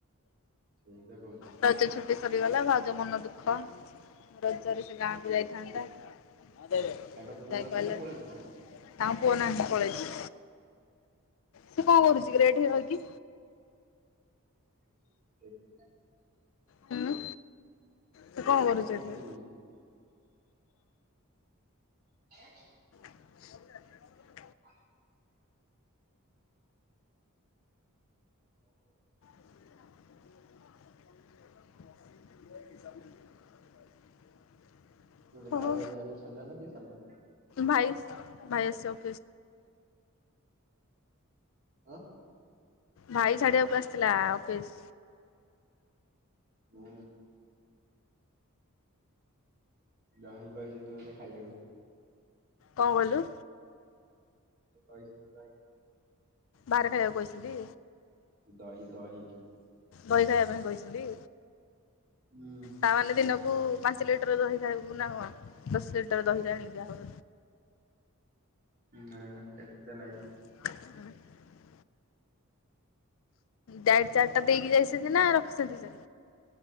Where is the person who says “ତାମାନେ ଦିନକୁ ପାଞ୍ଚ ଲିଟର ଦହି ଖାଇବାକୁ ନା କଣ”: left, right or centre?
Left